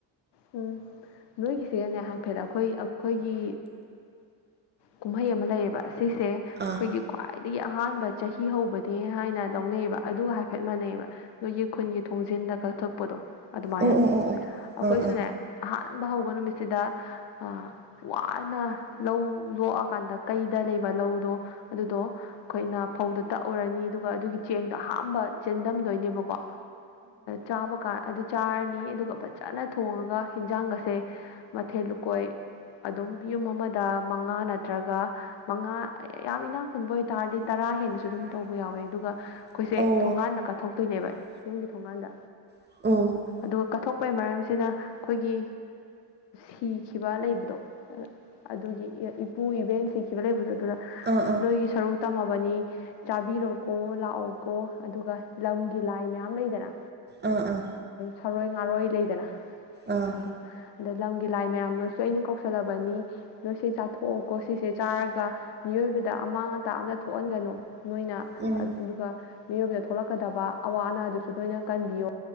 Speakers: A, on the left; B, on the right.
A: ꯎꯝ ꯅꯣꯏꯒꯤꯁꯤꯒꯅꯦ ꯍꯥꯏꯐꯦꯠ ꯑꯩꯈꯣꯏ ꯑꯩꯈꯣꯏꯒꯤ ꯀꯨꯝꯍꯩ ꯑꯃ ꯂꯩꯌꯦꯕ ꯁꯤꯁꯦ ꯑꯩꯈꯣꯏꯒꯤ꯭ꯋꯥꯏ
B: ꯑꯥ
A: ꯈ꯭ꯋꯥꯏꯗꯒꯤ ꯑꯍꯥꯟꯕ ꯆꯍꯤ ꯍꯧꯕꯅꯦ ꯍꯥꯏꯅ ꯂꯧꯅꯩꯑꯕ ꯑꯗꯨꯒ ꯍꯥꯏꯐꯦꯠ ꯃꯥꯟꯅꯩꯑꯕ ꯅꯣꯏꯒꯤ ꯈꯨꯟꯒꯤ ꯊꯣꯡꯁꯦ ꯊꯣꯡꯖꯤꯟꯗ ꯀꯛꯊꯣꯛꯄꯗꯣ ꯑꯗꯨꯃꯥꯏꯅ
B: ꯑꯣ ꯑꯣ
A: ꯑꯩꯈꯣꯏꯁꯨꯅꯦ
B: ꯑꯣ ꯑꯣ ꯑꯥ ꯑꯥ
A: ꯑꯍꯥꯟꯕ ꯍꯧꯕ ꯅꯨꯃꯤꯠꯁꯤꯗ ꯑꯥ ꯋꯥꯅ ꯂꯧ ꯂꯣꯛꯑꯀꯥꯟꯗ ꯀꯩꯗ ꯂꯩꯕ ꯂꯧꯗꯣ ꯑꯗꯨꯗꯣ ꯑꯩꯈꯣꯏꯅ ꯐꯧꯗꯣ ꯇꯛꯎꯔꯅꯤ ꯑꯗꯨꯒ ꯑꯗꯨꯒꯤ ꯆꯦꯡꯗꯣ ꯑꯍꯝꯕ ꯆꯦꯟꯗꯝꯗꯣꯏꯅꯦꯕꯀꯣ ꯆꯥꯕ ꯀꯥꯟ ꯑꯗꯨ ꯆꯥꯔꯅꯤ ꯑꯗꯨꯒ ꯐꯖꯅ ꯊꯣꯡꯉꯒ ꯍꯟꯖꯥꯡꯒ ꯁꯦ ꯃꯊꯦꯜ ꯂꯨꯀꯣꯏ ꯑꯗꯨꯝ ꯌꯨꯝ ꯑꯃꯗ ꯃꯉꯥ ꯅꯠꯇ꯭ꯔꯒ ꯃꯉꯥ ꯌꯥꯝ ꯏꯅꯥ ꯈꯨꯟꯕ ꯑꯣꯏꯇꯥꯔꯗꯤ
B: ꯎꯝ
A: ꯇꯔꯥ ꯍꯦꯟꯅꯁꯨ ꯑꯗꯨꯝ ꯇꯧꯕ ꯌꯥꯎꯋꯦ ꯑꯗꯨꯒ ꯑꯩꯈꯣꯏꯁꯦ
B: ꯎꯝ
A: ꯊꯣꯡꯒꯥꯟꯗ ꯀꯠꯊꯣꯛꯇꯣꯏꯅꯦꯕ
B: ꯑꯣ ꯑꯣ
A: ꯌꯨꯝꯒꯤ ꯊꯣꯡꯒꯥꯟꯗ
B: ꯑꯣ
A: ꯑꯗꯨꯒ ꯀꯠꯊꯣꯛ ꯑꯣꯏꯣꯏ ꯃꯔꯝꯁꯤꯅ ꯑꯩꯈꯣꯏꯒꯤ ꯁꯤꯈꯤꯕ ꯂꯩꯕꯗꯣ ꯑꯗꯨꯒꯤ ꯏꯄꯨ ꯏꯕꯦꯟ ꯁꯤꯈꯤꯕ ꯂꯩꯕꯗ ꯑꯗꯨꯅ
B: ꯑꯥ ꯑꯥ ꯑꯥ ꯑꯥ ꯑꯥ
A: ꯅꯣꯏꯒꯤ ꯁꯔꯨꯛ ꯇꯝꯃꯕꯅꯤ ꯆꯥꯕꯤꯔꯣꯀꯣ ꯂꯥꯛꯑꯣꯀꯣ ꯑꯗꯨꯒ ꯂꯝꯒꯤ ꯂꯥꯏ ꯃꯌꯥꯝ ꯂꯩꯗꯅ
B: ꯑꯥ ꯑꯥ
A: ꯁꯔꯣꯏ ꯉꯥꯔꯣꯏ ꯂꯩꯗꯅ
B: ꯑꯥ
A: ꯑꯗꯨꯝ ꯑꯗ ꯂꯝꯒꯤ ꯂꯥꯏ ꯃꯌꯥꯝ ꯅꯣꯏꯁꯨ ꯑꯩꯅ ꯀꯧꯁꯜꯂꯕꯅꯤ ꯅꯣꯏꯁꯦ ꯆꯥꯊꯣꯛꯑꯣꯀꯣ ꯁꯤꯁꯦ ꯆꯥꯔꯒ ꯃꯤꯑꯣꯏꯕꯗ ꯑꯃꯥꯡ ꯑꯇꯥ ꯑꯗ ꯊꯣꯛꯍꯟꯒꯅꯨ ꯅꯣꯏꯅ
B: ꯎꯝ
A: ꯑꯗꯨꯒ ꯃꯤꯑꯣꯏꯕꯗ ꯊꯣꯛꯂꯛꯀꯗꯕ ꯑꯋꯥ ꯑꯅꯥꯗꯨꯁꯨ ꯂꯣꯏꯅ ꯀꯟꯕꯤꯌꯣ